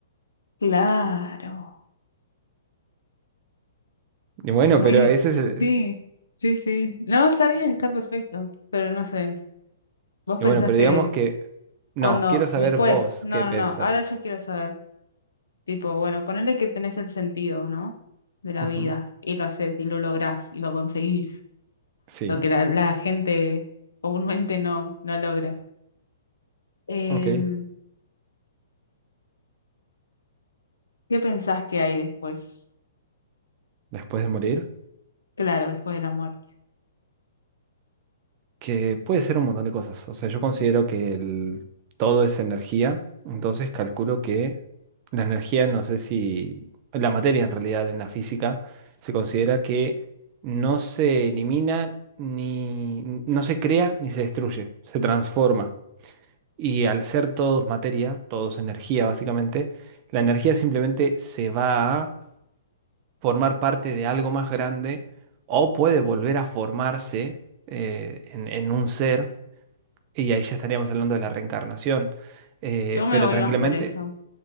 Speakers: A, on the left; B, on the right.
A: claro.
B: Y bueno,
A: Muy,
B: pero ese es el...
A: sí, sí, sí. No, está bien, está perfecto, pero no sé. Vos
B: Y
A: pensás
B: bueno, pero
A: que
B: digamos que... No,
A: cuando,
B: quiero saber
A: después,
B: vos
A: no,
B: qué pensás.
A: no, no, ahora yo quiero saber, tipo, bueno, ponele que tenés el sentido, ¿no? De la
B: Ujú,
A: vida, y lo haces, y lo lográs, y lo conseguís,
B: Sí,
A: lo que la, la gente comúnmente no, no logra. Em,
B: ok.
A: ¿qué pensás que hay después?
B: Después de morir.
A: Claro, después de la muerte.
B: que puede ser un montón de cosas. O sea, yo considero que el- todo es energía, entonces calculo que la energía, no sé si la materia en realidad en la física se considera que no se elimina ni n- no se crea ni se destruye, se transforma. Y al ser todos materia, todos energía básicamente, la energía simplemente se va a formar parte de algo más grande o puede volver a formarse eh, en en un ser. Y ahí ya estaríamos hablando de la reencarnación. Eh,
A: Yo me
B: pero
A: voy
B: tranquilamente,
A: más por eso,